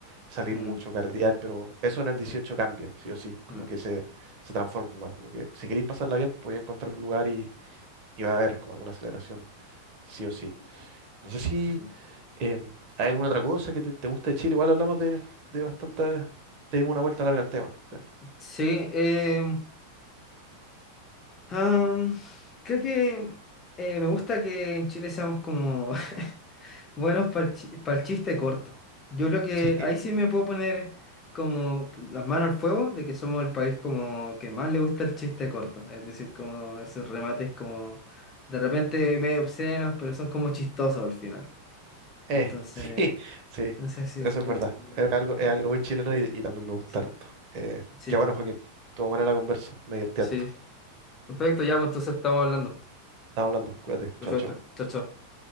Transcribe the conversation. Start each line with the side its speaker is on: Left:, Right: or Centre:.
Right: salir
Left: mm,
Right: mucho, cardear, pero eso en el 18
Left: sí,
Right: cambia, sí o sí, como
Left: mm,
Right: que se, se transforma, como que si queréis pasarla bien, podéis encontrar un lugar y, y va a haber como alguna celebración, sí o sí. No sé si
Left: mm.
Right: em, hay alguna otra cosa que te, te guste de Chile, igual hablamos de, de bastante, te dimos una vuelta larga al tema. o sea,
Left: Sí, em, am, creo que eh, me gusta que en Chile seamos como <laughs> buenos para el chiste corto. Yo creo que
Right: <laughs> sí.
Left: ahí sí me puedo poner como las manos al fuego de que somos el país como que más le gusta el chiste corto. Es decir, como esos remates como de repente medio obscenos, pero son como chistosos al final.
Right: Eh,
Left: Entonces,
Right: sí, <laughs> sí,
Left: no sé si
Right: eso
Left: creo
Right: es verdad.
Left: que...
Right: Es algo, es
Left: ok,
Right: algo muy chileno y, y también me gusta
Left: Sí,
Right: harto. Eh,
Left: sí,
Right: qué bueno, Joaquín. Estuvo buena la conversa, me divertí
Left: sí.
Right: harto.
Left: Perfecto, ya, pues entonces estamos hablando.
Right: Estamos hablando, cuídate,
Left: Perfecto,
Right: chao, chao.
Left: chao, chao.